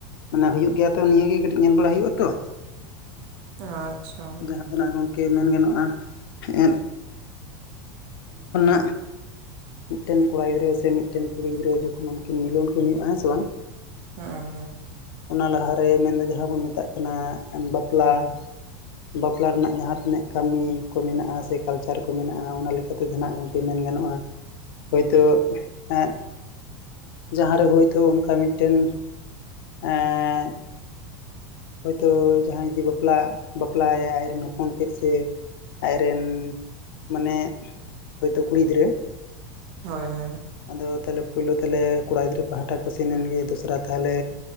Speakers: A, on the left; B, on the right.
A: ᱢᱟᱱᱮ ᱦᱩᱭᱩᱜ ᱜᱮᱭᱟ ᱛᱚ ᱱᱤᱭᱟᱹᱜᱮ ᱾ ᱠᱟᱹᱴᱤᱡ ᱧᱮᱞ ᱵᱟᱲᱟ ᱦᱩᱭᱩᱜᱼᱟ ᱛᱚ,
B: ᱟᱪᱪᱷᱟ
A: ᱡᱟᱸᱦᱟ ᱟᱫᱚ ᱱᱟᱜ ᱜᱚᱝᱠᱮ ᱢᱮᱱ ᱜᱟᱱᱚᱜ-ᱟ ᱮᱫ <unintelligible> ᱾ ᱢᱤᱫᱴᱮᱱ ᱠᱚᱲᱟ ᱜᱤᱫᱽᱨᱟᱹ ᱥᱮ ᱢᱤᱫᱴᱮᱱ ᱠᱩᱲᱤ ᱜᱤᱫᱽᱨᱟᱹ ᱡᱚᱠᱷᱚᱱ ᱩᱱᱠᱤᱱ ᱢᱤᱞᱚᱱ ᱠᱤᱱ ᱦᱩᱭᱩᱜᱼᱟ ᱦᱮᱸ ᱥᱮ ᱵᱟᱝ ᱾
B: ᱦᱮᱸ ᱦᱮᱸ
A: ᱚᱱᱟ ᱞᱟᱦᱟᱨᱮ ᱢᱮᱱᱫᱚ ᱡᱟᱦᱟᱸ ᱵᱚᱱ ᱢᱮᱛᱟᱜ ᱠᱟᱱᱟ ᱵᱟᱯᱞᱟ ᱵᱟᱯ ᱵᱟᱯᱞᱟ ᱨᱮᱱᱟᱜ ᱡᱟᱦᱟᱸ ᱛᱤᱱᱟᱹᱜ ᱠᱟᱹᱢᱤ ᱠᱚ ᱢᱮᱱᱟᱜ-ᱟ ᱥᱮ ᱠᱟᱞᱪᱟᱨ ᱠᱚ ᱢᱮᱱᱟᱜᱼᱟ ᱚᱱᱟ ᱞᱮᱠᱟᱛᱮ ᱱᱟᱦᱟᱜ ᱜᱚᱢᱠᱮ ᱢᱮᱱ ᱜᱟᱱᱚᱜᱼᱟ ᱾ ᱦᱳᱭᱛᱳ ᱮᱫ ᱡᱟᱦᱟᱸᱨᱮ ᱦᱳᱭᱛᱳ ᱚᱱᱠᱟ ᱢᱤᱫᱴᱮᱱ ᱮᱸᱻᱫ ᱦᱚᱭᱛᱳ ᱡᱟᱦᱟᱸᱭ ᱡᱩᱫᱤ ᱵᱟᱯᱞᱟ ᱵᱟᱯᱞᱟᱭ ᱭᱟᱭ ᱟᱡᱨᱮᱱ ᱦᱚᱯᱚᱱ ᱛᱮᱫ ᱥᱮ ᱟᱡ ᱨᱮᱱᱻ ᱢᱟᱱᱮ ᱦᱳᱭ ᱛᱚ ᱠᱩᱲᱤ ᱜᱤᱫᱽᱨᱟᱹ ᱾
B: ᱦᱚᱭ ᱦᱚᱭ ᱾
A: ᱟᱫᱚ ᱛᱟᱦᱞᱮ ᱯᱩᱭᱞᱳ ᱛᱟᱞᱦᱮ ᱾ ᱠᱚᱲᱟ ᱜᱤᱫᱽᱨᱟᱹ ᱯᱟᱦᱟᱴᱟ ᱠᱚ ᱥᱮᱱ ᱮᱱ ᱜᱮ ᱫᱚᱥᱨᱟ ᱛᱟᱦᱟᱞᱮ